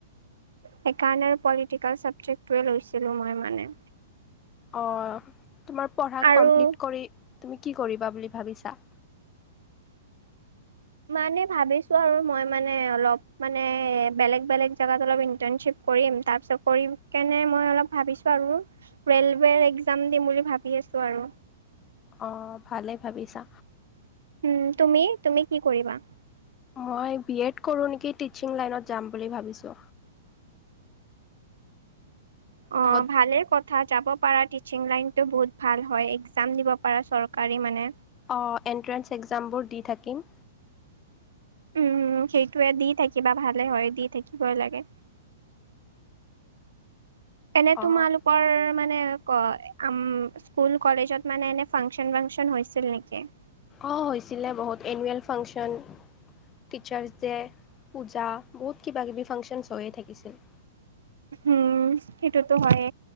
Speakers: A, on the right (about 85°); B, on the left (about 25°).
A: সেইকাৰণে পলিটিকেল ছাবজেক্টোৱে লৈছিলো মই মানে
B: অঁ তোমাৰ পঢ়া
A: আৰু
B: কমপ্লিট কৰি তুমি কি কৰিবা বুলি ভাবিছা?
A: মানে ভাবিছোঁ আৰু মই মানে অলপ মানে বেলেগ বেলেগ জেগাত অলপ ইন্টাৰণশিপ কৰিম তাৰপিছত কৰি কেনে মই অলপ ভাবিছো আৰু ৰেলৱেৰ একজাম দিম বুলি ভাবি আছো আৰু।
B: অ ভালেই ভাবিছা।
A: উম তুমি তুমি কি কৰিবা?
B: মই বিএড কৰো নেকি টিচিং লাইনত যাম বুলি ভাবিছো।
A: অ
B: আগত
A: ভালে ক থা যাব পাৰা টিচিং লাইনটো বহুত ভাল হয় একজাম দিব পাৰা চৰকাৰী মানে।
B: অ এণ্ট্ৰেন্স এক্জামবোৰ দি থাকিম।
A: উম সেইটোয়ে দি থাকিবা ভালে হয় দি থাকিবই লাগে এনে
B: অ'।
A: তোমালোকৰ মানে ক আম স্কুল কলেজত মানে এনে ফাংচন ফাংচন হৈছিল নেকি
B: অ হৈছিলে বহুত annual function teachers day puja বহুত কিবা কিবি ফাংচনছ হৈয়ে থাকিছিল
A: উম সেইটোতো হয়ে